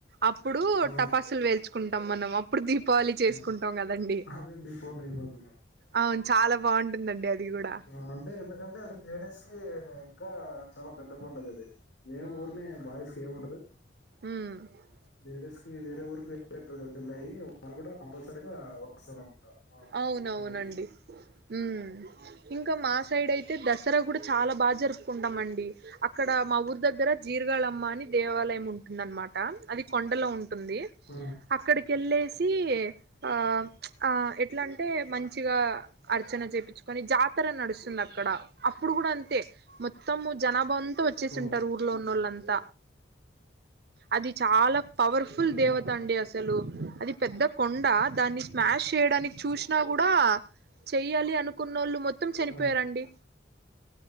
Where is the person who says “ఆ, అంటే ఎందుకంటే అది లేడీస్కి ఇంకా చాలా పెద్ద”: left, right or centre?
Left